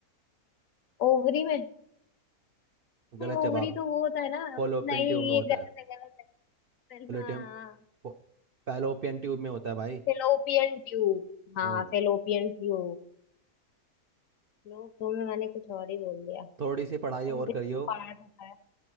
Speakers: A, on the left (about 65°); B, on the right (about 70°).
A: ओवरी में नहीं
B: गलत
A: ओवरी
B: जवाब
A: तो वो होता है ना
B: फोलोपियन
A: नहीं
B: ट्यूब में
A: ये
B: होता
A: गलत है गलत है फिर- हाँ
B: है वो फैलोपियन ट्यूब में होता है भाई
A: Fallopian tube हाँ
B: हम्म
A: फेलोपियन ट्यूब लोग तो मैं मैंने कुछ और ही बोल दिया
B: थोड़ी सी पढ़ाई और
A: ओवरी
B: करियो
A: से पार्ट होता है